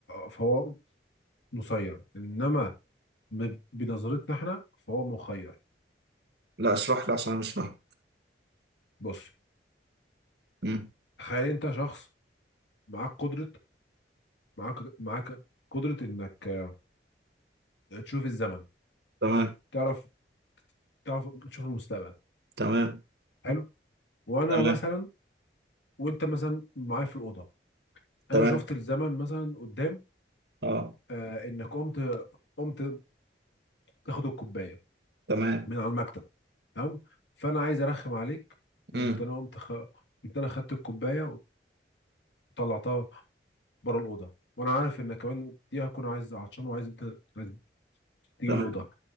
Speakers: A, on the left (about 85°); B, on the right (about 65°).
A: فهو مسير انما م- بنظرتنا احنا فهو مخير
B: لا اشرح لي عشان انا مش فاهم
A: بص
B: امم
A: تخيل انت شخص معاك قدره معاك معاك قدره انك آه، تشوف الزمن
B: تمام
A: تعرف تعرف تشوف المستقبل
B: تمام
A: حلو وانا
B: تمام
A: مثلا وانت مثلا معايا في الاوضه انا
B: تمام
A: شفت الزمن مثلا قدام
B: اه
A: آه انك قمت قمت تاخد الكوبايه
B: تمام
A: من على المكتب تمام فانا عايز ارخم عليك وقمت
B: امم
A: انا قمت خ... قمت انا خدت الكوبايه وطلعتها بره الاوضه وانا عارف انك كمان دي هكون عايز عطشان وعايز ت- عايز تجيب
B: تمام
A: الاوضه